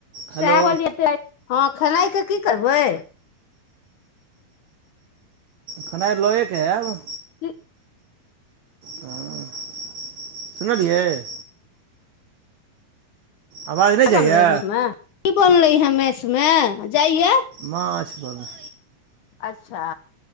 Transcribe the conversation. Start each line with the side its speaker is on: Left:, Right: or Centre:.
Right: हेलो
Left: सएह कहलीयै ऐते राति हँ खनाइके की करबै?
Right: खेनाइ लऽऐ के आयब।
Left: ह
Right: हँ सुनलियै। आवाज नहि जाइए
Left: बनलै <unintelligible> की बनलै हे मेस मे जाइये।
Right: माछ बनलै।
Left: अच्छा।